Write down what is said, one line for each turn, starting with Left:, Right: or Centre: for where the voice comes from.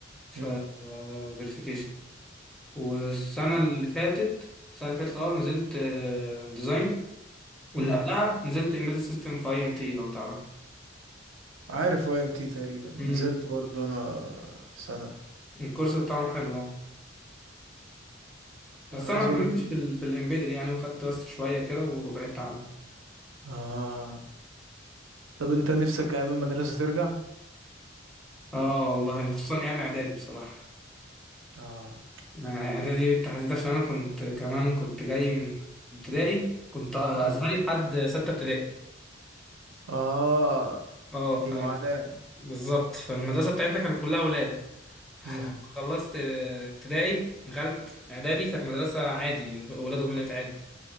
Centre: في
Right: امم
Centre: فيريفيكيشن والسنة
Right: آه.
Centre: اللي فاتت السنة اللي فاتت اه نزلت ديزاين واللي
Right: امم
Centre: قبلها نزلت امبيدد سيستم في اي ام تي لو تعرف
Right: عارف واي ام تي تقريبا نزلت
Centre: امم
Right: برضه انا سنه
Centre: الكورس بتاعهم حلو اه بس
Right: انا
Centre: انا
Right: عايز
Centre: ما كملتش
Right: اقول لك
Centre: في ال في الامبيدد يعني وخدت بس شوية كده وبعدت عنه
Right: اه طب انت نفسك ايام المدرسه ترجع
Centre: اه والله خصوصا ايام اعدادي بصراحة
Right: اه
Centre: آه، اعدادي بالتحديد عشان انا كنت كمان كنت جاي من ابتدائي كنت ازهري
Right: مم.
Centre: لحد ستة ابتدائي
Right: اه
Centre: اه ف...
Right: دي معاناه
Centre: بالظبط فالمدرسة بتاعتنا كانت كلها ولاد
Right: امم
Centre: لما خلصت ابتدائي دخلت اعدادي كانت مدرسة عادي ولاد وبنات عادي